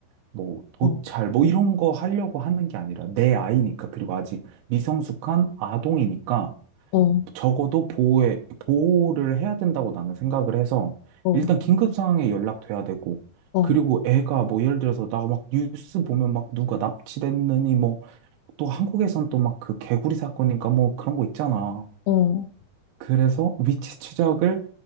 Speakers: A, on the right (about 80°); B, on the left (about 75°).
A: 뭐, 도찰,
B: 어,
A: 뭐, 이런 거 하려고 하는 게 아니라 내 아이니까, 그리고 아직 미성숙한 아동이니까,
B: 어,
A: 적어도 보호에, 보호를 해야 된다고 나는 생각을 해서
B: 어,
A: 일단 긴급 상황에 연락돼야 되고
B: 어,
A: 그리고 애가 뭐 예를 들어서 나 막 뉴스 보면 막 누가 납치됐느니 뭐 또 한국에선 또 막 그 개구리 사건인가 뭐 그런 거 있잖아.
B: 어.
A: 그래서 위치 추적을